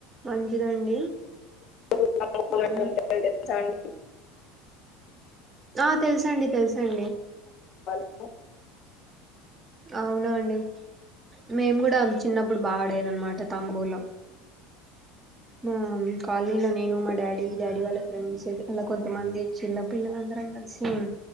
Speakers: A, on the right (about 25°); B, on the left (about 50°).
A: మంచిదండి
B: ఉంటాయి
A: ఆ
B: <unintelligible>
A: ఆ తెలుసండి తెలుసండి
B: ఓ
A: అవునా అండి మేము కూడా చిన్నప్పుడు బాడేది అనమాట తాంబూలాం మా కాలనీలో నేను మా డాడీ డాడీ వాళ్ళ ఫ్రెండ్స్తే అలా కొంతమంది చిన్న పిల్లలందరం కలిసి